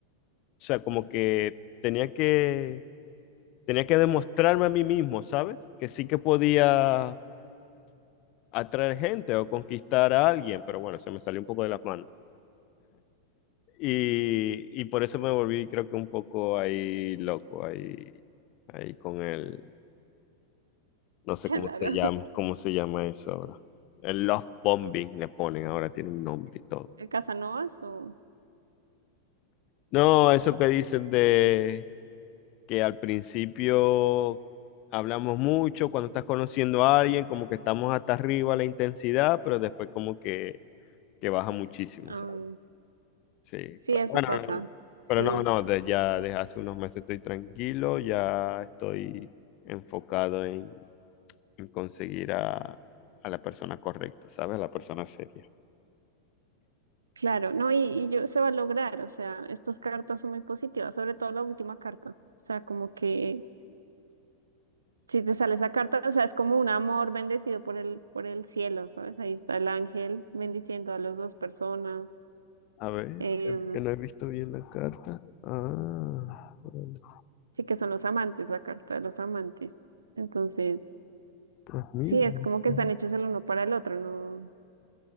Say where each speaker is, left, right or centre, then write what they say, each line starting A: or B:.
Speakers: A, on the left; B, on the right.
A: sea, como que tenía que, tenía que demostrarme a mí mismo, ¿sabes? Que sí que podía atraer gente o conquistar a alguien, pero bueno, se me salió un poco de las manos. Y, y por eso me volví, creo que un poco ahí loco, ahí, ahí con el, no sé
B: <laughs> Claro.
A: cómo se llama, cómo se llama eso ahora. El love bombing le ponen ahora, tiene un nombre y todo.
B: ¿En Casanovas o?
A: No, eso que dicen de que al principio hablamos mucho, cuando estás conociendo a alguien, como que estamos hasta arriba la intensidad, pero después como que, que baja muchísimo,
B: ah,
A: ¿sabes? Sí,
B: sí,
A: pero
B: eso
A: bueno,
B: pasa.
A: no,
B: Sí.
A: pero no, no, de- ya desde hace unos meses estoy tranquilo, ya estoy enfocado en, en conseguir a, a la persona correcta, ¿sabes? A la persona seria.
B: Claro, no, y, y yo se va a lograr, o sea, estas cartas son muy positivas, sobre todo la última carta, o sea, como que si te sale esa carta, o sea, es como un amor bendecido por el, por el cielo, ¿sabes? Ahí está el ángel bendiciendo a las dos personas.
A: A ver,
B: Em,
A: que, que no he visto bien la carta. Ah, vale,
B: sí que son los amantes, la carta de los amantes. Entonces,
A: pues mira,
B: sí, es
A: no
B: como
A: sé.
B: que están hechos el uno para el otro, ¿no?